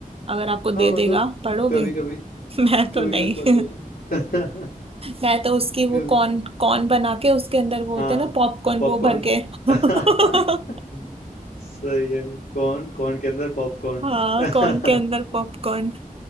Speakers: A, on the right; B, on the left.
A: अगर आपको दे
B: हाँ मतलब
A: देगा पढ़ोगे
B: कभी
A: <laughs>
B: कभी
A: मैं तो
B: कभी
A: नहीं
B: कभी पढ़ लेता हूँ
A: <laughs> मैं तो उसकी
B: <laughs>
A: वो
B: कभी
A: कॉर्न कॉर्न बना के उसके अंदर वो होते
B: हाँ
A: हैं ना पॉपकॉर्न
B: पॉपकॉर्न
A: वो भर के <laughs>
B: <laughs> सही है कौन कौन के अंदर पॉपकॉर्न
A: हाँ
B: <laughs>
A: कॉर्न के अंदर पॉपकॉर्न